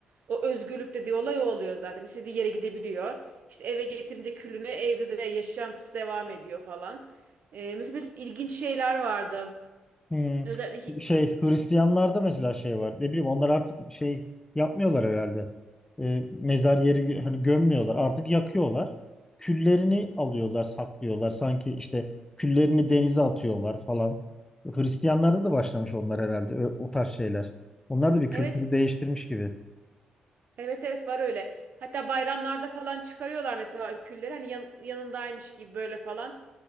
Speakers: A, on the right; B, on the left.
A: O özgürlük dediği olay o oluyor zaten. İstediği yere gidebiliyor. İşte eve getirince külünü evde de yaşantısı devam ediyor falan. Ee, mesela böyle ilginç şeyler vardı.
B: Hmm.
A: Özellikle
B: Şey Hristiyanlarda mesela şey var. Ne bileyim onlar artık şey yapmıyorlar herhalde. Ee, mezar yeri hani gömmüyorlar. Artık yakıyorlar. Küllerini alıyorlar, saklıyorlar. Sanki işte küllerini denize atıyorlar falan. Hristiyanlarda da başlamış onlar herhalde ö- o tarz şeyler. Onlar da bir kültürü
A: evet
B: değiştirmiş gibi.
A: evet evet var öyle. Hatta bayramlarda falan çıkarıyorlar mesela külleri hani yan- yanındaymış gibi böyle falan.